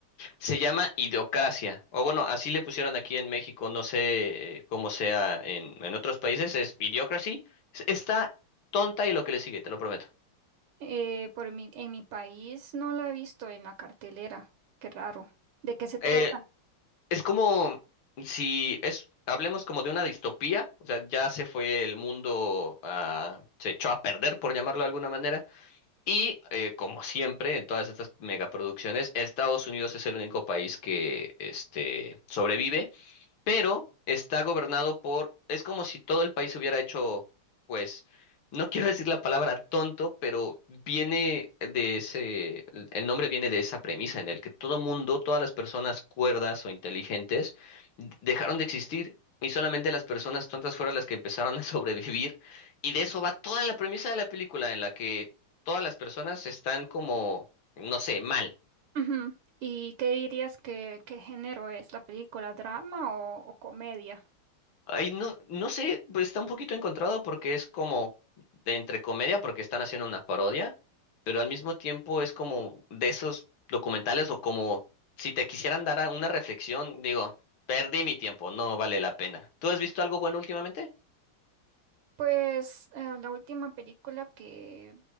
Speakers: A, on the left (about 70°); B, on the right (about 75°).
A: Se llama Idiocracia, o bueno, así le pusieron aquí en México, no sé eh, cómo sea en, en otros países, es Idiocracy. Es- Está tonta y lo que le sigue, te lo prometo.
B: Eh, por mi, en mi país no la he visto en la cartelera. Qué raro. ¿De qué se trata?
A: Eh, es como si es, hablemos como de una distopía, o sea, ya se fue el mundo, ah, se echó a perder, por llamarlo de alguna manera Y eh, como siempre, en todas estas megaproducciones, Estados Unidos es el único país que este, sobrevive pero está gobernado por, es como si todo el país hubiera hecho, pues, no quiero <laughs> decir la palabra tonto, pero viene de ese, el el nombre viene de esa premisa en el que todo mundo, todas las personas cuerdas o inteligentes d- dejaron de existir. Y solamente las personas tontas fueron las que empezaron a <laughs> sobrevivir. Y de eso va toda la premisa de la película, en la que todas las personas están como, no sé, mal.
B: Ujú. ¿Y qué dirías que qué género es la película? ¿Drama o, o comedia?
A: Ay, no, no sé, pues está un poquito encontrado porque es como de entre comedia, porque están haciendo una parodia, pero al mismo tiempo es como de esos documentales o como si te quisieran dar a- una reflexión, digo, perdí mi tiempo, no vale la pena. ¿Tú has visto algo bueno últimamente?
B: Pues eh, la última película que